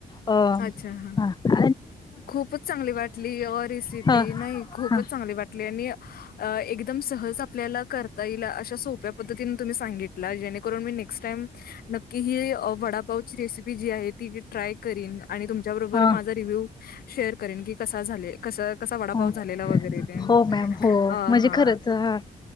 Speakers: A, on the left (about 25°); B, on the left (about 70°).
A: हो
B: अच्छा हां
A: ह..
B: खूपच चांगली वाटलीे, ओ रेसिपी
A: ह हा
B: नाही खूपच
A: हा
B: चगली वाटली आणि अ एकदम सहज आपल्याला करता येईल अशा सोप्या पद्धतीने तुम्ही सांगितला जेणेकरून मी नेक्स्ट टाईम नक्की ही वडापावची रेसि पी जी आहे ती ट्राय करीन आणि तुमच्याबरोबर
A: हा
B: माझा रिव्ह्यू शेअर करेन की कसा झाले. कस कसा वडापाव
A: हा
B: झालेला वगैरे देण्ट
A: हो मॅम हो
B: अ
A: म्हणजे
B: हा
A: खरंच हा